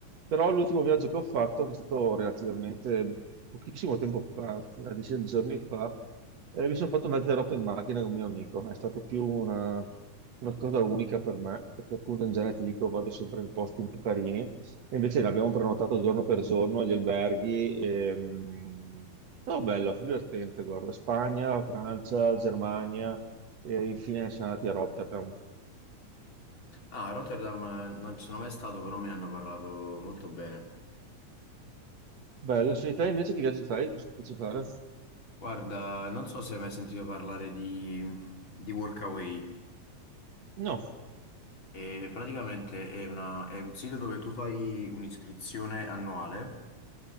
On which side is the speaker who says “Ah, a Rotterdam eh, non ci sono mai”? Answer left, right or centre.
Left